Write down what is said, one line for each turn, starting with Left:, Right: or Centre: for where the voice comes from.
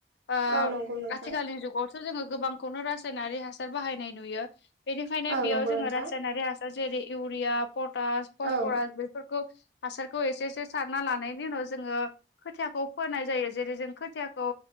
Left: ओ
Right: औ नंगौ नोंथां
Left: आथिखालनि जुगावथ' जोङो गोबांखौनो रासायनारि हासार बाहायनाय नुयो। बेनिखायनो
Right: औ
Left: बेयाव
Right: नंगौ
Left: जोङो
Right: नोंथां
Left: रासायनारि हासार जेरै इउरिया, पटास, फसफरास
Right: औ
Left: बेफोर हासारखौ एसे-एसे सारना लानायनि उनाव जोङो खोथियाखौ फोनाय जायो जेरै जों खोथिया खौ